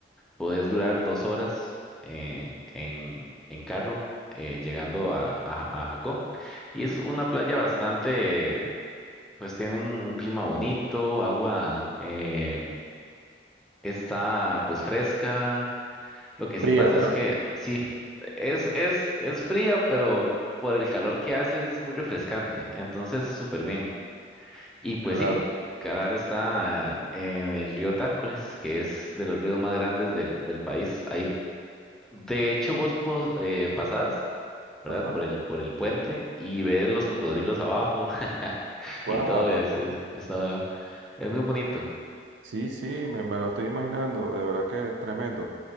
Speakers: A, in the centre; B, on the right (about 90°).
A: podés durar dos horas eh, en, en carro eh, llegando a, a, a Jacó. Y es una playa bastante, pues tiene un, un clima bonito, agua eh, está pues fresca. Lo que
B: Fría,
A: sí pasa
B: ¿verdad?
A: es que sí, es, es, es fría, pero por el calor que hace es muy refrescante. Entonces, súper bien. Y pues
B: Claro.
A: sí, Carar está eh, en el río Tárcoles, que es de los ríos más grandes del, del país. Ahí, de hecho, vos pos- eh, pasás, ¿verdad?
B: Ajá.
A: Por el, por el puente y ves los cocodrilos abajo <laughs>
B: Wow.
A: y todo eso. Es, está- es muy bonito.
B: Sí, sí, me, me lo estoy imaginando, de verdad que es tremendo.